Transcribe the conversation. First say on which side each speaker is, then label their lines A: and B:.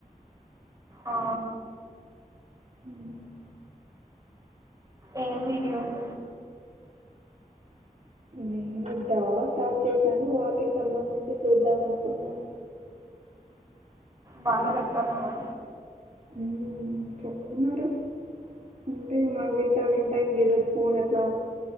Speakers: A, on the right; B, on the right.
A: ఆ
B: ఉమ్
A: ఏమీ వీడియోస్
B: నేను జావా స్టార్ట్ చేశాను వాటికి సంబంధించి చూద్దాం అనుకున్నాను
A: బానే చెప్తన్నావా
B: ఉమ్ చెప్తున్నారు అంటే మా వింటా వింటా ఇంకేదోటి ఫోన్ ఎట్లా